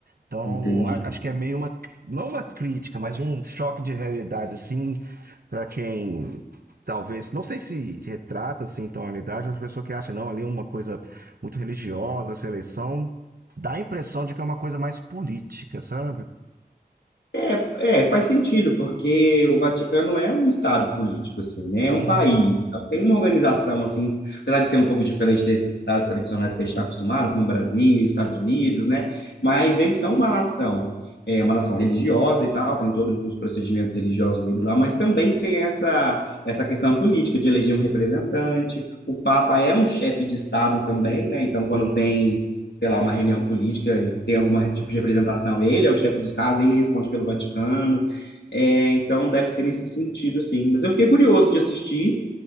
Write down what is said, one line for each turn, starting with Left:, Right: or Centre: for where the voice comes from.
Right: Então,
Left: Entendi.
Right: a- acho que é meio uma, não uma crítica, mas um choque de realidade, assim, para quem talvez, não sei se retrata assim tão a realidade, mas a pessoa que acha, não, ali é uma coisa muito religiosa, essa eleição, dá a impressão de que é uma coisa mais política, sabe?
Left: É, é, faz sentido, porque o Vaticano é um estado político, assim, né? É
Right: Uhum,
Left: um país. Então, tem uma organização, assim, apesar de ser um pouco diferente desses estados tradicionais que a gente está acostumado, como o Brasil, Estados Unidos, né? Mas eles são uma nação, é uma nação religiosa e tal, tem todos os procedimentos religiosos deles lá, mas também tem essa, essa questão política de eleger um representante. O Papa é um chefe de estado também, né? Então, quando
Right: uhum.
Left: tem sei lá, uma reunião política e que tem algum tipo de representação. Ele é o chefe de Estado, ele responde pelo Vaticano. É, então deve ser nesse sentido, assim. Mas eu fiquei curioso de assistir.